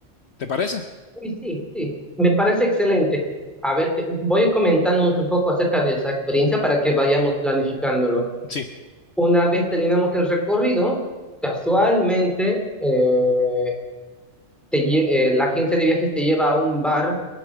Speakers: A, on the left; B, in the centre.
A: ¿Te parece?
B: Uy, sí, sí, me parece excelente. A ver, te- voy comentándonos un poco acerca de esa experiencia para que vayamos planificándolo.
A: Sí.
B: Una vez terminamos el recorrido, casualmente eh, te lle- eh, la agencia de viajes te lleva a un bar